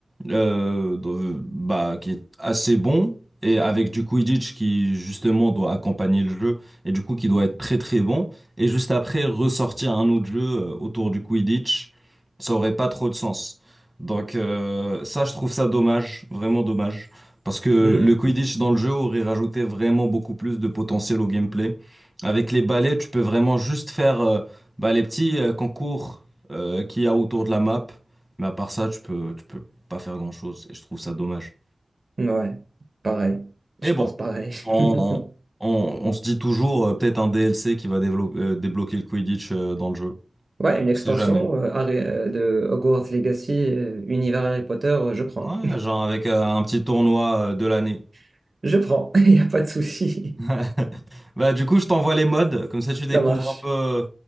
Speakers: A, in the centre; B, on the right.
A: euh, de- bah, qui est assez bon, et avec du Quidditch qui justement doit accompagner le jeu, et du coup qui doit être très très bon et juste après ressortir un autre jeu euh, autour du Quidditch, ça aurait pas trop de sens. Donc euh, ça, je trouve ça dommage, vraiment dommage, parce que
B: Hmm.
A: le Quidditch dans le jeu aurait rajouté vraiment beaucoup plus de potentiel au gameplay. Avec les balais, tu peux vraiment juste faire euh, bah, les petits euh, concours euh, qu'il y a autour de la map, mais à part ça, tu peux, tu peux pas faire grand-chose, et je trouve ça dommage.
B: Ouais, pareil.
A: Mais
B: Je
A: bon,
B: pense pareil.
A: on,
B: <laughs>
A: on, on- on se dit toujours euh, peut-être un DLC qui va dévelop euh, débloquer le Quidditch euh, dans le jeu.
B: Ouais, une
A: On
B: extension
A: sait jamais.
B: euh, Harry- euh, de Hogwarts Legacy, euh, univers Harry Potter, euh, je prends.
A: Ouais, genre avec euh, un petit tournoi euh, de l'année.
B: <laughs> Je prends, <laughs> il n'y a pas de souci.
A: <laughs> Bah, du coup, je t'envoie les modes, comme ça tu découvres
B: Ça marche.
A: un peu euh,